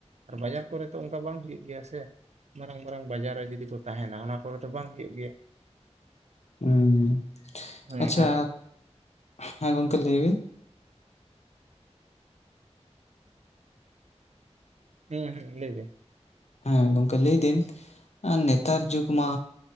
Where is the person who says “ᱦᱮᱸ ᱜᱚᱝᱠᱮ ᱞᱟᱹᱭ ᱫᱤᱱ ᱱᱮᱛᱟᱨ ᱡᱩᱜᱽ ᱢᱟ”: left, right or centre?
Left